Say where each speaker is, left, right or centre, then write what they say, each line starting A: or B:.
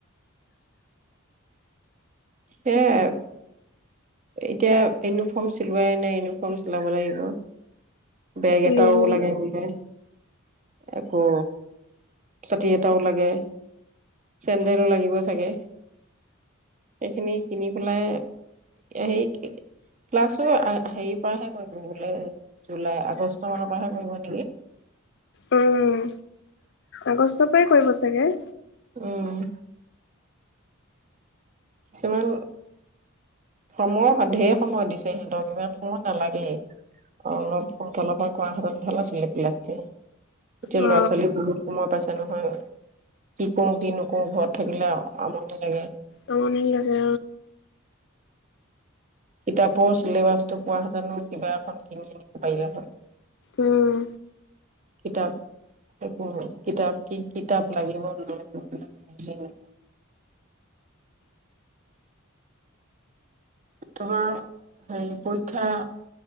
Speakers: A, on the right (about 35°); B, on the left (about 60°).
A: সেয় এতিয়া ইউনিফৰ্ম চিলোৱাই নাই ইউনিফৰ্ম চিলাব লাগিব বেগ এটাও
B: উম
A: লাগে বোলে আকৌ চাতি এটাও লাগে চেণ্ডেলো লাগিব চাগে সেইখিনি কিনি পেলাই হে ক্লাছো হেৰিৰ পৰাহে কৰিব বোলে জুলাই আগষ্ট মানৰ পৰাহে কৰিব নেকি
B: উম আগষ্টৰ পৰাই কৰিব চাগে
A: উম কিছুমান সময় ঢেৰ সময় দিছে সিহঁতক ইমান সময় নালাগেই অলপ সোনকালৰ পৰা কৰা হতন ভাল আছিলে কিলাচিকে এতিয়া
B: অ
A: লৰা ছোৱালী বহুত সময় পাইছে নহয় কি কৰো কি নকৰো ঘৰত থাকিলে আমনি লাগে
B: আমনি লাগে
A: কিতাপৰ চিলেবাছটো পোৱ হেতেনো কিবা এখন কিনি আনিব পাৰিলে হয়
B: উম
A: কিতাপ একো কিতাপ কি কিতাপ লাগিব নালাগিব বু ন তোমাৰ হেৰি পৰীক্ষা